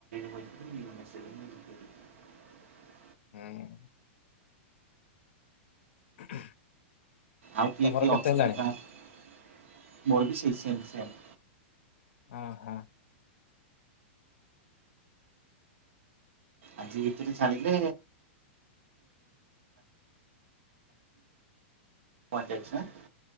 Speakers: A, on the right (about 80°); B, on the left (about 70°).
A: ଗଲେ <unintelligible>
B: ହୁଁ <inaudible>
A: ଆଉ କିଏ
B: ତମର
A: କିଏ
B: କେତେ
A: ଅଛନ୍ତି
B: ହେଲାଣି?
A: ବି କାହାନ୍ତି ମୋର ବି ସେଇ ସେମ୍ ସେମ୍
B: ହ ହୋ
A: ଆଜି ଭିତରେ ଛାଡିଲେ ମରିଯାଇଛି ନା